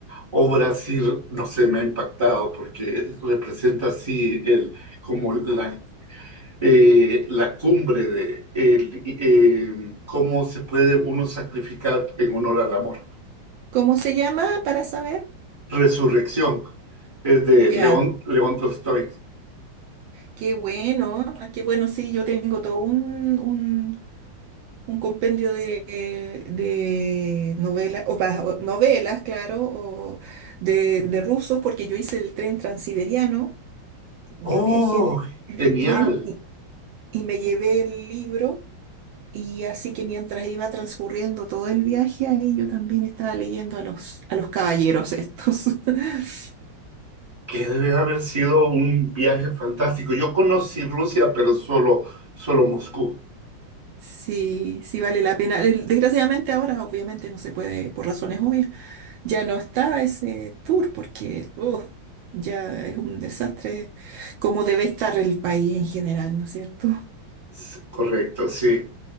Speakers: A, on the right; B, on the right.
A: O Brasil, no sé, me ha impactado porque representa así el, como la, eh, la cumbre de el, eh, cómo se puede uno sacrificar en honor al amor.
B: ¿Cómo se llama para saber?
A: Resurrección es de
B: Ya,
A: León, León Tolstoy.
B: qué bueno, ah, qué bueno, sí, yo tengo todo un, un un compendio de, de novelas, o, pa- o novelas, claro, o de, de rusos, porque yo hice el tren transiberiano, yo
A: ¡Oh,
B: viajé en el, en
A: genial!
B: el tren y, y me llevé el libro, y así que mientras iba transcurriendo todo el viaje, ahí yo también estaba leyendo a los, a los caballeros estos. <laughs>
A: Que debe haber sido un viaje fantástico. Yo conocí Rusia, pero solo, solo Moscú.
B: Sí, sí vale la pena. Desgraciadamente ahora obviamente no se puede, por razones obvias ya no está ese tour porque uf, ya es un desastre como debe estar el país en general, ¿no es cierto?
A: S- Correcto, sí.